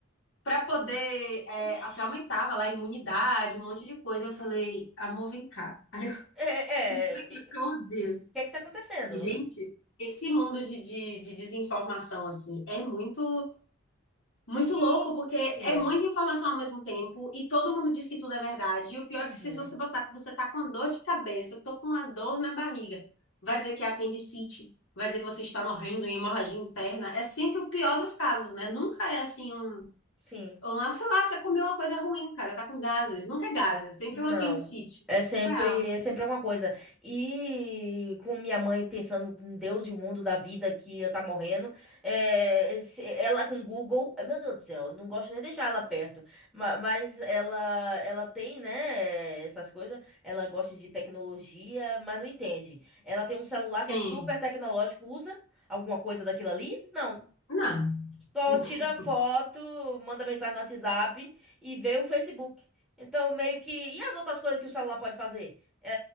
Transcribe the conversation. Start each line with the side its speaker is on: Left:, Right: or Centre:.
Left: para poder, é,
Centre: Oxi.
Left: que aumentava lá a imunidade, um monte de coisa. Eu falei, amor, vem cá. Aí eu <laughs>
Centre: É, é,
Left: expliquei,
Centre: é. o
Left: porque, oh Deus,
Centre: que é que tá acontecendo?
Left: gente, esse mundo de, de, de desinformação, assim, é muito. Muito
Centre: Gente.
Left: louco, porque é muita informação ao mesmo tempo e todo mundo diz que tudo é verdade. E o pior
Centre: Uhum,
Left: é que se você botar que você tá com dor de cabeça, eu tô com uma dor na barriga, vai dizer que é apendicite, vai dizer que você está morrendo em hemorragia interna. É sempre o pior dos casos, né? Nunca é assim um,
Centre: sim.
Left: um, ah, sei lá, você comeu uma coisa ruim, cara, tá com gases. Nunca é gases, sempre
Centre: Não.
Left: é um apendicite.
Centre: É sempre,
Left: é
Centre: é sempre alguma coisa. E com minha mãe pensando em Deus e o mundo da vida que ela tá morrendo, é, se- ela com Google, eh, meu Deus do céu, não gosto nem de deixar ela perto. Ma- Mas, ela, ela tem, né, essas coisas. Ela gosta de tecnologia, mas não entende. Ela tem um celular
Left: Sim.
Centre: que é super tecnológico, usa alguma coisa daquilo ali? Não.
Left: Não.
Centre: Só
Left: <laughs>
Centre: tira foto, manda mensagem no WhatsApp e vê o Facebook. Então, meio que. E as outras coisas que o celular pode fazer? É...